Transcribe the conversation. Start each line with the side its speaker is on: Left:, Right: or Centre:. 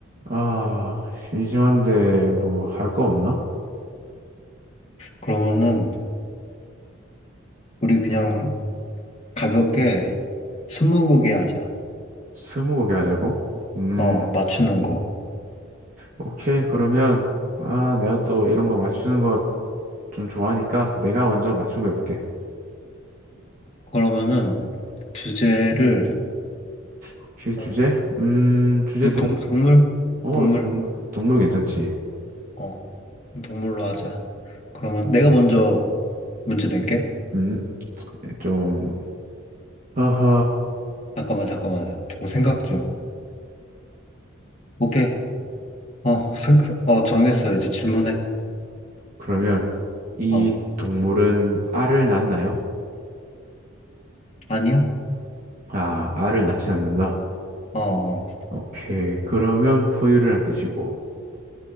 Right: 아, 심심한데 뭐 할 거 없나?
Left: 그러면은 우리 그냥 가볍게 스무고개 하자.
Right: 스무고개 하자고? 음,
Left: 어, 맞추는 거.
Right: 오케이. 그러면 아, 내가 또 이런 거 맞추는 거 좀 좋아하니까 내가 먼저 맞춘 거 해볼게.
Left: 그러면은 주제를
Right: 오케이, 주제?
Left: 어,
Right: 음, 주제
Left: 주제
Right: 동,
Left: 동, 동물?
Right: 어,
Left: 동물.
Right: 동, 동물 괜찮지?
Left: 어, 동물로 하자. 그러면 내가 먼저 문제 낼게.
Right: 음, 예, 좀, 허허.
Left: 잠깐만, 잠깐만. 좀 생각 좀. 오케이. 어, 생, 어, 정했어. 이제 질문해.
Right: 그러면 이
Left: 어,
Right: 동물은 알을 낳나요?
Left: 아니야?
Right: 아, 알을 낳지 않는다.
Left: 어,
Right: 오케이, 그러면 포유류란 뜻이고.